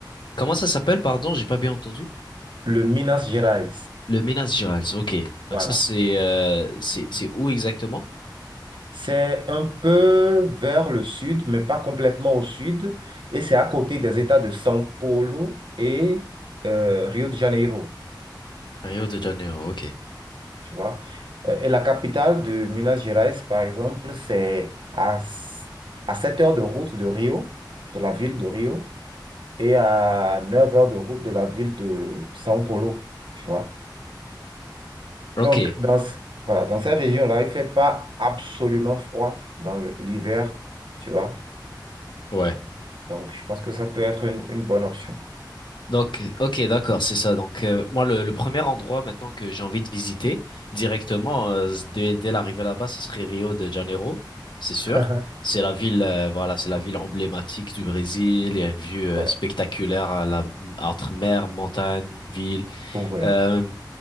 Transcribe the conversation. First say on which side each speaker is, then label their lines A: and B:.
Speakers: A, on the left; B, on the right.
A: Comment ça s'appelle, pardon, j'ai pas bien entendu?
B: Le Minas Gerais,
A: Le Minas Gerais, ok.
B: voilà.
A: Donc ça, c'est euh, c'est c'est où exactement?
B: C'est un peu vers le sud, mais pas complètement au sud. Et c'est à côté des États de São Paulo et euh, Rio de Janeiro.
A: Rio de Janeiro, ok.
B: tu vois. Euh, et la capitale de Minas Gerais, par exemple, c'est à, s- à 7 heures de route de Rio, de la ville de Rio, et à 9 heures de route de la ville de São Paulo, tu vois.
A: Ok,
B: Donc, dans, ce- voilà, dans cette région-là, il ne fait pas absolument froid dans le- l'hiver, tu vois.
A: ouais.
B: Donc, je pense que ça peut être une, une bonne option.
A: Donc, ok, d'accord, c'est ça. Donc, euh, moi, le, le premier endroit maintenant que j'ai envie de visiter directement, euh, dès, dès l'arrivée là-bas, ce serait Rio de Janeiro, c'est sûr.
B: <laughs>
A: C'est la ville, euh, voilà, c'est la ville emblématique du Brésil. Il y a une vue euh,
B: Ouais,
A: spectaculaire à la, entre mer, montagne, ville.
B: ouais,
A: Euh,